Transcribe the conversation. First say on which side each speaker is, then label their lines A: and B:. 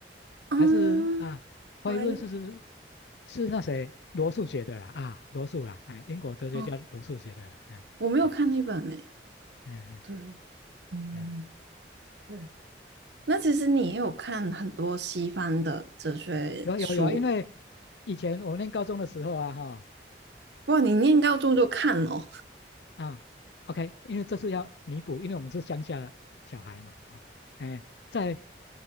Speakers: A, on the right (about 80°); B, on the left (about 75°).
A: <laughs> 嗯，
B: 还是啊，《怀疑论》是是
A: 怀疑，
B: 是那谁罗素写的啦啊，罗素啦，哎，英国哲学家罗素写的啦，
A: 哦，
B: 哎哎
A: 我没有看那本呢。
B: 哎
A: 对嗯，
B: 哎，哎
A: 对对，那其实你也有看很多西方的哲学书，
B: 有有有，因为以前我念高中的时候啊，哈
A: 哇，你念高中就看哦。
B: 啊，OK，因为这是要弥补，因为我们是乡下小孩嘛，啊，哎，在